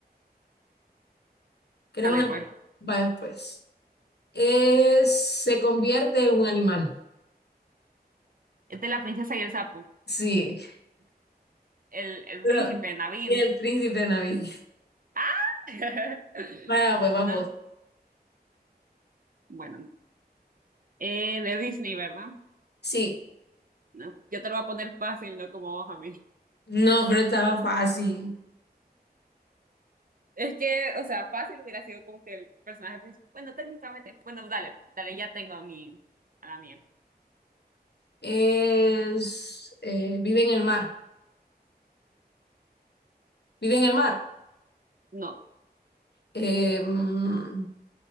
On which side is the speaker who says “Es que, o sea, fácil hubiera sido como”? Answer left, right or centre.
Right